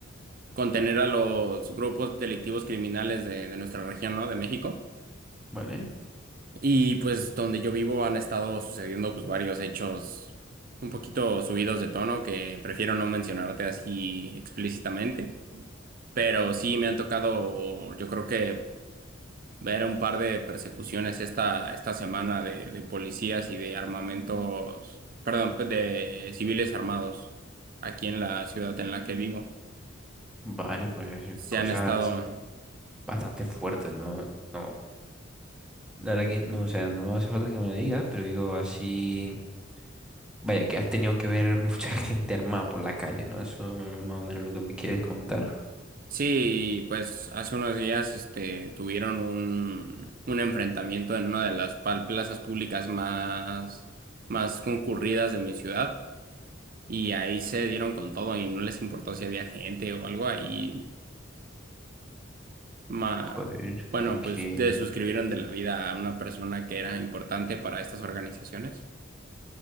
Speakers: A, on the right (about 45°); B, in the centre.
A: contener a los grupos delictivos criminales de, de nuestra región, ¿no? De México.
B: Vale,
A: Y pues donde yo vivo han estado sucediendo pues varios hechos un poquito subidos de tono que prefiero no mencionarte así explícitamente, pero sí me han tocado yo creo que ver un par de persecuciones esta, esta semana de, de policías y de armamentos, perdón, pues, de civiles armados aquí en la ciudad en la que vivo.
B: vale, pues
A: Se
B: cosas
A: han estado...
B: bastante fuertes, ¿no? No, la verdad que no, o sea, no hace falta que me lo digas, pero digo así, vaya, que has tenido que ver <laughs> mucha gente armada por la calle, ¿no? Eso es más o menos lo que me quieres comentar.
A: Sí, pues hace unos días este, tuvieron un, un enfrentamiento en una de las pal- plazas públicas más, más concurridas de mi ciudad y ahí se dieron con todo y no les importó si había gente o algo ahí. ma-
B: Joder,
A: bueno,
B: pues que,
A: pues desuscribieron de la vida a una persona que era importante para estas organizaciones.